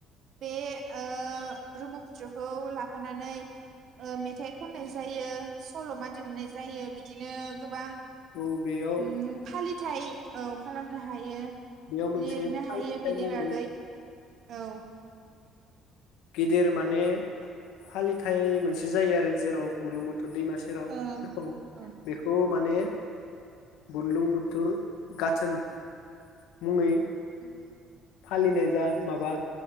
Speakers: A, on the right (about 60°); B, on the left (about 80°).
A: बे ओ ब्रह्मपुत्रखौ लाफानानै ओ मेथाइ खननाय जायो सल'मा दिहुननाय जायो बिदिनो गोबां
B: औ बेयाव
A: उम फालिथाइ औ खालामनो हायो
B: बेयाव मोनसे
A: लिरनो हायो
B: महरै
A: बेनि बागै औ
B: गिदिर माने फालिथाय मोनसे जायो आरो जेराव बुर्लुंबुथुर दैमा सेराव
A: ओ औ
B: बेखौ माने बुरलुंबुथुर गाथोन मुंङै
A: द <inaudible>
B: फालिनाय जा माबा